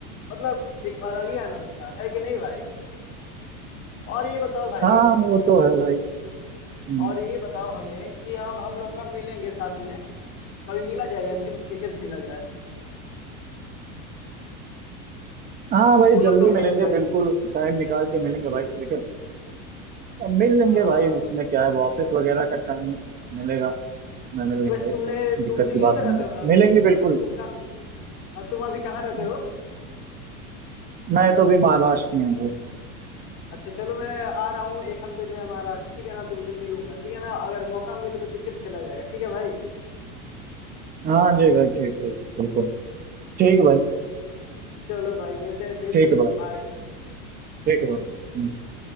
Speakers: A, on the left (about 75°); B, on the right (about 25°).
A: मतलब एक अलग ही आनंद था है कि नहीं भाई और ये बताओ भाई
B: हाँ वो तो है भाई हम्म।
A: और ये बताओ हमें कि अब हम लोग कब मिलेंगे साथ में कभी मिला जाए या फिर से क्रिकेट खेला जाए
B: हाँ भाई
A: बोलो
B: जल्दी
A: कब
B: मिलेंगे
A: मिला जाए
B: बिल्कुल टाइम निकाल के मिलेंगे भाई क्रिकेट मिल लेंगे
A: हाँ
B: भाई उसमें क्या है वो ऑफिस वगैरह का टाइम मिलेगा मैं मिल लेंगे
A: वैसे
B: भाई
A: तुमने
B: तो दिक्कत
A: तुम दिल्ली
B: की बात
A: में रहते
B: नहीं
A: हो
B: है।
A: ना अभी
B: मिलेंगे बिल्कुल
A: तुम कहाँ हाँ, तुम अभी कहाँ रहते
B: मैं
A: हो
B: मैं तो भी महाराष्ट्र में हूँ भाई
A: अच्छा चलो मैं आ रहा हूँ एक हफ्ते में महाराष्ट्र ठीक है ना तुमसे मिलूंगा ठीक है ना अगर मौका मिले तो क्रिकेट खेला जाएगा ठीक है भाई
B: हाँ जी भाई ठीक ठीक बिल्कुल ठीक है भाई
A: चलो भाई मिलते हैं फिर
B: ठीक है भाई
A: बाय
B: ठीक है भाई हम्म।